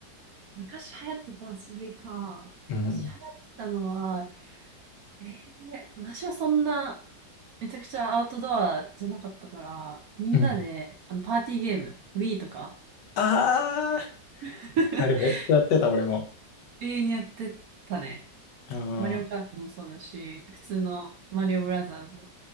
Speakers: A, on the right (about 65°); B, on the left (about 75°).
A: 昔流行ってた遊びか。
B: うん。
A: 昔流行ってたのは、えー、私はそんな、めちゃくちゃアウトドアじゃなかったから、みんなで、
B: うん。
A: あの、パーティーゲーム、Wii とか、
B: ああ、
A: <laughs>
B: あれめっちゃやってた、俺も。
A: 永遠にやってたね。
B: うん。
A: マリオカートもそうだし、普通のマリオブラザーズ。